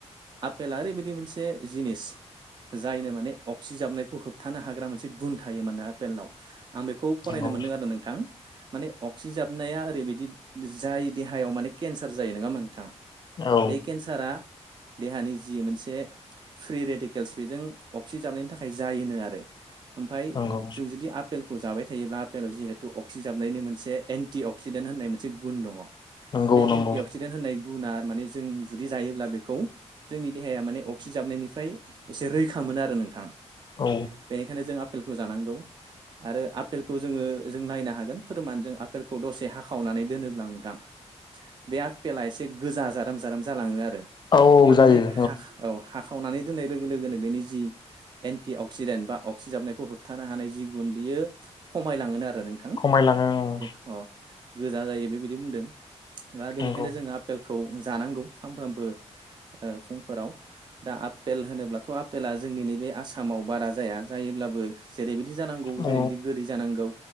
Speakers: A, on the right (about 40°); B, on the left (about 40°).
A: फेला ओरैबायदि मोनसे जिनिस जायनो माने अक्सिजाबनायखौ होबथानो हाग्रा मोनसे गुन थायो माने आफेलनाव आं बेखौ फरायनो
B: नंगौ
A: मोन्दों आरो नोंथां माने अक्सिजाब नाया ओरैबायदि जाय देहायाव माने केन्सार जायो नोङा होनबा नोंथां
B: औ
A: बे केन्सारा देहानि जि मोनसे फ्रि रेडेकेल्स बेजों अक्सिजाबनायनि थाखाय जायोनो आरो ओमफाय
B: नंगौ
A: जों जुदि आपेलखौ जाबाय थायोब्ला आपेलाव जिहेथु अक्सि जाबनायनि मोनसे एन टि अक्सिडेन्ट होननाय मोनसे गुन दङ
B: नंगौ
A: बे
B: नंगौ
A: एन्टि अक्सिडेन्ट होननाय गुना माने जों जुदि जायोब्ला बेखौ जोंनि देहाया माने अक्सिजाबनायनिफ्राय एसे रैखा मोनो आरो नोंथां
B: औ
A: बेनिखायनो जों आपेलखौ जानांगौ आरो आपेलखौ जोङो जों नायनो हागोन फोरमान जों आफेल खौ दसे हाखावनानै दोनोब्ला नोंथां बे आपेला एसे गोजा जाराम जाराम जालाङो आरो
B: औ
A: मानोने
B: जायो
A: हाख औ हाखावनानै दोननाय लोगो लोगोनो बेनि जि एन्टि अक्सिडेन्ट बा अक्सिजाबनायखौ होबथानो हानाय जि गुन बियो खमायलाङोनो आरो नों
B: खमायलाङो औ
A: अ गोजा जायो बेबायदि बुंदों दा बेनिखायनो
B: नंगौ
A: जोङो आफेलखौ जानांगौ सामफ्रोमबो ओ फुंफोराव दा आफेल होनोब्लाथ' आपेला जोंनि नैबे आसामाव बारा जाया जायोब्लाबो जेरैबायदि जानांगौ
B: औ
A: जेरैबायदि गोदै जानांगौ